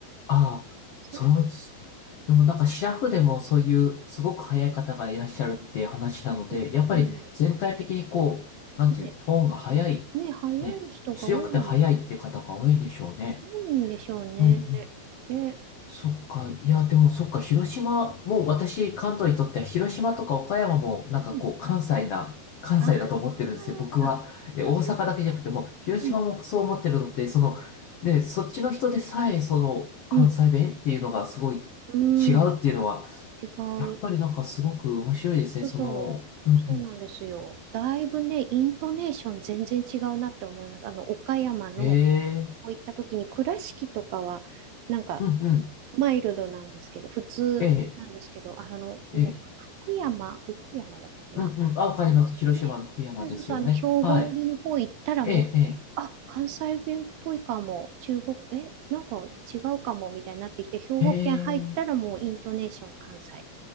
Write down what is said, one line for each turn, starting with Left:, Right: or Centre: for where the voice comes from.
Left: ああ、
Right: そう、
Left: そうですね。でもなんかシラフでもそういうすごく早い方がいらっしゃるっていう話なので、
Right: うん、
Left: やっぱり全体的にこう、
Right: うん。
Left: なんていう、
Right: ね、
Left: トーンが早い、
Right: ね、早い人が多い、
Left: ね、強くて早いっていう方が多いんでしょうね。
Right: 多いんでしょうね。
Left: うんうん
Right: え、
Left: そっか。いや、でもそっか。広島、もう私、関東にとっては広島とか岡山もなんかこう、
Right: うん
Left: 関西な、関西だと思ってるんですよ。
Right: あ
Left: 僕は。
Right: あ、
Left: え、大阪だけじゃなくても、
Right: あ、そうですか。
Left: 広島もそう思ってるのってその、
Right: うん。
Left: で、そっちの人でさえ、その、関西弁っていうのがすごい
Right: うん。う
Left: 違うっていうのは、
Right: ん。違う。そ
Left: やっぱりなんかすごく面白いですね。
Right: うそう。
Left: その、うんうん。
Right: そうなんですよ。だいぶね、イントネーション全然違うなって思います。あの、岡山の、
Left: ええ
Right: こういった時に倉敷とかは、なんか、
Left: うんうん。
Right: マイルドなんですけど、普通なんですけど、
Left: ええ、
Right: あの、この福山、
Left: ええ、
Right: 福山だったかな。
Left: うんうん。あ、わかります。
Right: あのね、
Left: 広島の福山ですよね。
Right: そうそうそう、あの、兵庫寄りの方行ったらもう、
Left: はい。ええ、
Right: あ、関西弁っぽいかも、中国、え、なんか違うかもみたいになってきて、兵庫県入ったらもうイントネーション関西。
Left: ええ、ええ、